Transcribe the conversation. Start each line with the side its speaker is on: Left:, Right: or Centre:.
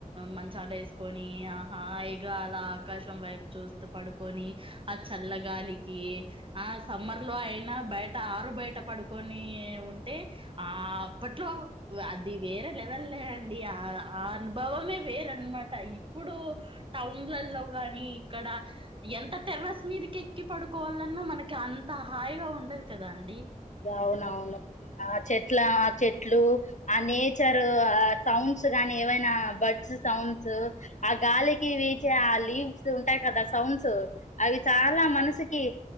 Right: మంచాలేసుకొని ఆ హాయిగా అలా ఆకాశం వైపు చూస్తూ పడుకొని ఆ చల్లగాలికి ఆ సమ్మర్ లో అయినా బయట ట ఆరు బయట పడుకొని ఉంటే ఆ అప్పట్లో అది వేరే లెవెల్ ల్ అండి ఆ ఆ అనుభవమే వేరన్నమాట ఇప్పుడు టౌన్లల్లో గాని ఇక్కడ ఎంత టెర్రస్ మీదకి ఎక్కి పడుకోవాలన్నా మనకి అంత హాయిగా ఉండదు కదా అండి
Left: అవునవును ఆ చెట్ల ఆ చెట్లు ఆ నేచర్ ఆ సౌండ్స్ గానీ ఏవైనా బడ్స్ సౌండ్స్ ఆ గాలికి వీచే ఆ లీవ్స్ డ్స్ ఉంటాయి కదా సౌండ్స్ అవి చాలా మనసుకి